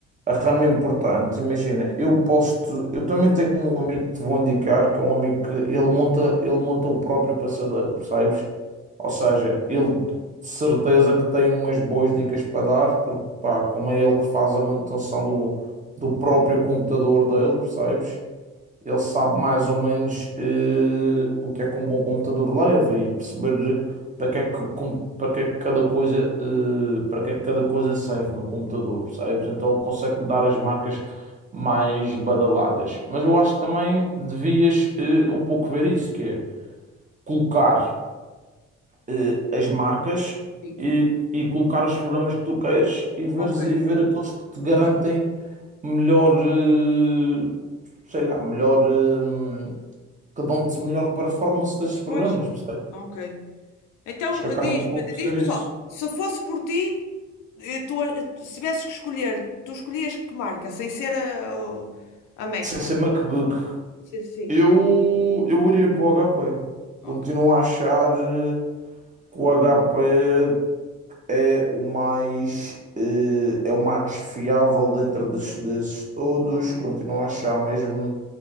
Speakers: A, on the right; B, on the left.
A: a rama importante, imagina, eu posso, te- eu também tenho um amigo que te vou indicar, que é um amigo que ele monta, ele monta o próprio passadeiro, percebes? Ou seja, ele de certeza que tem umas boas dicas para dar, porque pá, como é ele que faz a manutenção do, do próprio computador dele, percebes? ele sabe mais ou menos eh, o que é que um bom computador leva e perceber para que é que, com- para que é que cada coisa, eh, para que é que cada coisa serve no computador, percebes? Então ele consegue dar as marcas mais badaladas. Mas eu acho que também devias eh, um pouco ver isso, que é colocar eh, as marcas
B: Sim.
A: e, e colocar os programas que tu queres e veres,
B: Ok.
A: e ver aqueles que te garantem melhor, eh, sei lá, melhor. eh, que dão-te melhor performance destes programas,
B: Pois,
A: percebes?
B: ok. Então
A: Acho que acabam
B: diz-me,
A: um pouco por
B: diz-me
A: ser isso.
B: só, se fosse por ti, eh, tu, eh, se tivesses que escolher, tu escolhias que marca, sem ser a, a Mac.
A: Sem ser MacBook,
B: Sim, sim.
A: eu, eu iria para o HP.
B: Ok,
A: Continuo a achar eh, que o HP é o mais, eh, é o mais fiável dentro
B: ok.
A: desses, desses todos.
B: Obrigada.
A: Continuo a achar mesmo